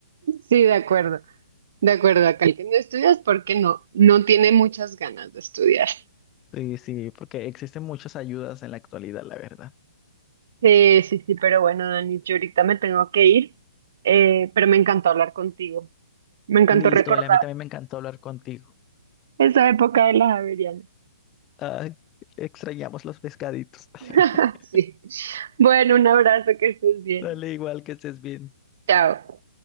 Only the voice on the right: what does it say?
Sí, de acuerdo, de acuerdo. Acá el que no estudias porque no, no tiene muchas ganas de estudiar.
Sí, sí, sí, pero bueno, Dani, yo ahorita me tengo que ir, eh, pero me encantó hablar contigo. Me encantó
recordar
esa época de las Javeriana.
<laughs> Sí. Bueno, un abrazo, que estés bien.
Chao.